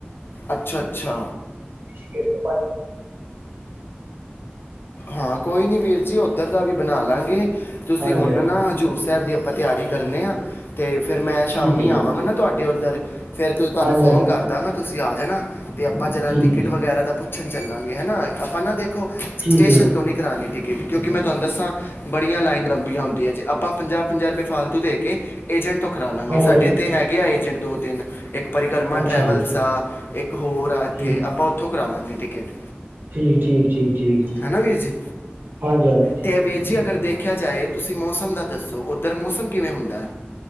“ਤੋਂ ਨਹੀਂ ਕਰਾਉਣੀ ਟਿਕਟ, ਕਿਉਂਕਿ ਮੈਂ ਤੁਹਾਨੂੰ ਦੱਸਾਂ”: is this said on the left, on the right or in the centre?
Left